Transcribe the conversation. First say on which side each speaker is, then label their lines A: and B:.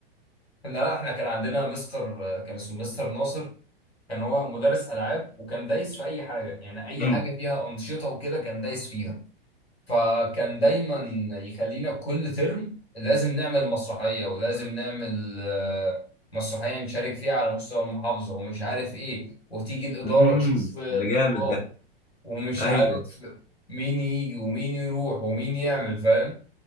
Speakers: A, on the left; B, on the left.
A: لا احنا كان عندنا مستر كان اسمه مستر ناصر كان هو مدرس العاب وكان دايس في اي حاجه يعني اي
B: امم
A: حاجه فيها انشطه وكده كان دايس فيها فكان دايما يخلينا كل ترم لازم نعمل مسرحيه ولازم نعمل آه، مسرحيه نشارك فيها على مستوى المحافظه ومش عارف ايه وتيجي الاداره
B: امم
A: تشوف آه،
B: ده
A: الطلاب
B: جامد ده
A: ومش
B: ايوه
A: عارف مين يجي ومين يروح ومين يعمل فاهم